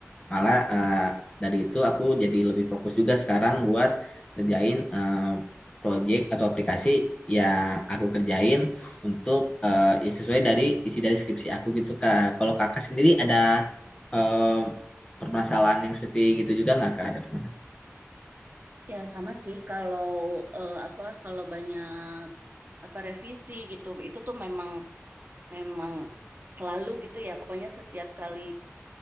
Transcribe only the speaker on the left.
Malah eh, dari itu aku jadi lebih fokus juga sekarang buat kerjain eh, project atau aplikasi yang aku kerjain untuk eh, ya sesuai dari isi dari skripsi aku gitu Kak. Kalau Kakak sendiri ada eh, permasalahan yang seperti gitu juga nggak kak ada permasalahan?